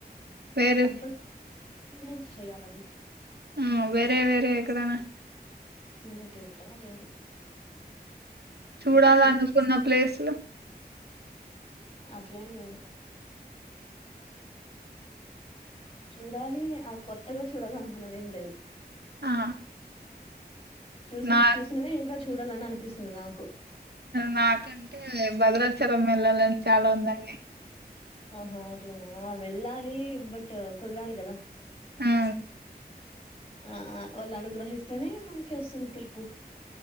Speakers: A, on the left; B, on the right.
A: అంటే
B: వేరే
A: కంపల్ ఎక్స్పీరియన్స్ చెయాలి అది
B: ఉం వేరే వేరే ఎక్కడనా
A: ఉకే ఇక్కడ లేదు
B: చూడాలనుకున్న
A: అంటే చుట్టూ
B: ప్లేస్ లు
A: అట్లేం లేదు చూడాలి ఆ కొత్తగా చూడాలి అనుకున్నవి ఏం లేవు
B: ఆ
A: చూసిన
B: నా
A: చూసినవే ఇంకా చూడాలని అని అనిపిస్తుంది నాకు
B: నాకంటే భద్రాచలం వెల్లాలని చాలా ఉందండి.
A: ఆహా అట్లనా, వెళ్ళాలి బట్ కుదరాలి కదా.
B: ఆ
A: ఆ వాళ్ళు అనుగ్రహిస్తేనే, మనకి వస్తుంది పిలుపు.